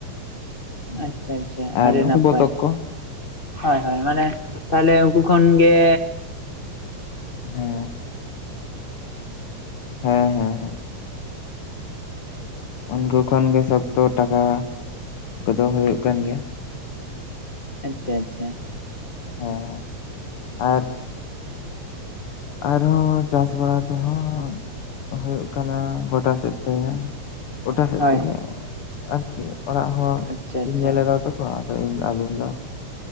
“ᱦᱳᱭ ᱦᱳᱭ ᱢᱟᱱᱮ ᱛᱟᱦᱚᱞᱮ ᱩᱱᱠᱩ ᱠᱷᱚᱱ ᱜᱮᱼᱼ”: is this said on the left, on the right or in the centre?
Left